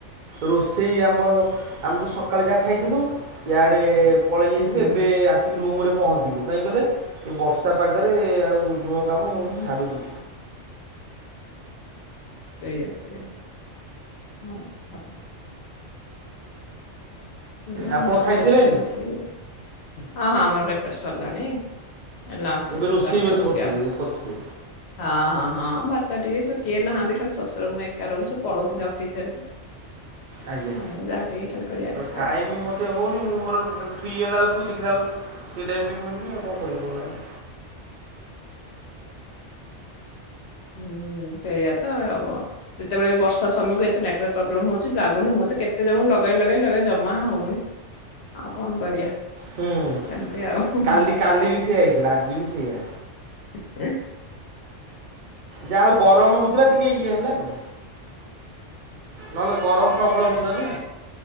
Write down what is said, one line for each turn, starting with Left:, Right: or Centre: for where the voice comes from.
Right: ରୋଷେଇ ଆମ ଆମେ ଯୋଉ ସକାଳେ ଯାହା ଖାଇଥିଲୁ ଇଆଡେ ପଳେଇ ଯାଇଥିବେ
Left: ହୁଁ
Right: ଏବେ
Left: ହୁଁ
Right: ଆସିକି ରୁମରେ ପହଞ୍ଚିଲୁ କାହିଁକି ଗଲେ ଏ ବର୍ଷା ପାଗରେ ଆଉ ନୂ କାମ
Left: ହୁଁ
Right: ମୁଁ ଛାଡୁଛି
Left: ସେଇଆ ସେଇଆ ହଁ ହଁ ଏଇ ଆମର
Right: ଆପଣ ଖାଇସାରିଲେଣି
Left: ଚାଲିଛି ରୋଷେଇ ଆଉ ହଁ ହଁ ଆମର ବେକାର ସରିଲାଣି। ଏ ଲାଷ୍ଟ
Right: ଏବେ
Left: ପ୍ରିପାର୍
Right: ରୋଷେଇ ବୋଧେ
Left: ଚାଲିଚି
Right: କରୁଥିଲେ
Left: ଆଉ
Right: କରୁଥିବେ
Left: ହଁ ହଁ ହଁ ଭାତ ଟିକେ ଶୁଖି ଯାଇ କେ ନାହାନ୍ତି ଖାଲି ଶଶୁର ମୁଁ ଏକା ରହୁଛୁ। ପଳଉଛନ୍ତି ଅଫିସ ସାରିକି
Right: ଆଜ୍ଞା
Left: ହଁ ଯାହା ଟିକେ ଖାଲି କରିବା କ
Right: ଟାଇମ୍ ମୋତେ ହଉନି ମୁଁ ମୋର ଏପଟରେ ଫ୍ରି ହେଲା ବେଳକୁ ବି ଦେଖିଲା ବେଳକୁ ସେଇ ଟାଇମରେ ମିଳୁନି ଆଉ କଣ କରିବା ଭଲ ଲାଗୁନି
Left: ହୁଁ ସେୟା ତ ଆଉ କଣ ଯେତେବେଳେ ବର୍ଷା ସମୟକୁ ଏତେ ନେଟୱାର୍କ ପ୍ରୋବଲେମ ହଉଛି ଲାଗୁନି ମୁଁତ କେତେ ଜଣଙ୍କୁ ଲଗେଇ ଲଗେଇ ଲଗେଇ ଜମା ହଉନି। ଆଉ କଣ କରିବା
Right: ହୁଁ
Left: ସେମିତି ଆଉ ହୁଁ
Right: କାଲି କାଲି ବି ସେଇଆ ହେଇଥିଲା ଆଜି ବି ସେଇଆ।
Left: ଆଛା
Right: ଯାହା ହଉ ଗରମ ହଉଥିଲା ଟିକେ ଇଏ ହେଲା ଆଉ। ନହେଲେ ଗରମ ପ୍ରବଳ ହେଇଥିଲା ନା